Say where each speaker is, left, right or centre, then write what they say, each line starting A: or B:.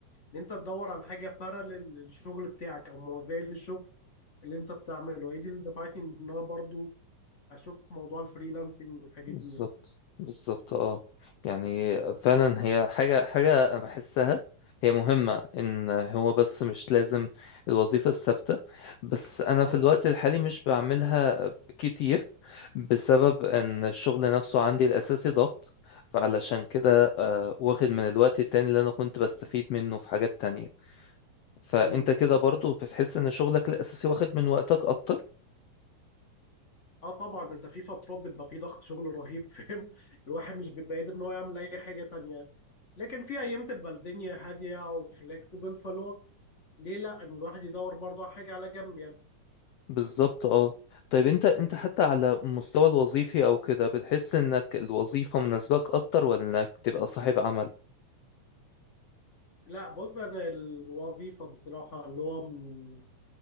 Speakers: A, on the left (about 45°); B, on the left (about 90°).
A: ان انت تدور على حاجة باراليل للشغل بتاعك او موازية للشغل اللي انت بتعمله هي دي اللي دفعتني ان انا برضو اشوف موضوع الفريلانسنج والحاجات
B: بالظبط
A: دي يعني.
B: بالظبط اه يعني فعلا هي حاجة حاجة أنا بحسها هي مهمة إن هو بس مش لازم الوظيفة الثابتة بس أنا
A: اه
B: في الوقت الحالي مش بعملها كتير بسبب إن الشغل نفسه عندي الأساسي ضغط فعلشان كده آه، واخد من الوقت التاني اللي أنا كنت بستفيد منه في حاجات تانية فأنت
A: مم.
B: كده برضو بتحس إن شغلك الأساسي واخد من وقتك أكتر
A: اه طبعا انت في فترات بيبقى في ضغط شغل رهيب فاهم <laughs> الواحد مش بيبقى قادر ان هو يعمل اي حاجه تانية لكن في ايام تبقى الدنيا هاديه وفليكسبل فلو ليه لا ان الواحد يدور برضه على حاجه على جنب يعني
B: بالظبط اه طيب انت انت
A: مم.
B: حتى على المستوى الوظيفي او كده بتحس انك الوظيفة مناسباك اكتر ولا انك تبقى صاحب عمل
A: لا بص انا الوظيفه بصراحه اللي هو م-